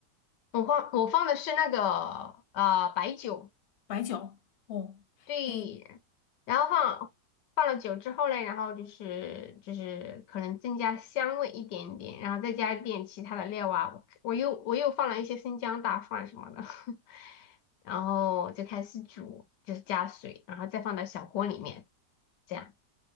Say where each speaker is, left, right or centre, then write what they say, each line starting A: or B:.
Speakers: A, on the left; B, on the left.
A: 我放我放的是那个呃白酒。
B: 白酒，哦，
A: 对，
B: 诶，
A: 然后放放了酒之后嘞，然后就是就是可能增加香味一点点，然后再加一点其他的料啊，我我又我又放了一些生姜大蒜什么的，<laughs> 然后就开始煮，就是加水，然后再放到小锅里面，这样。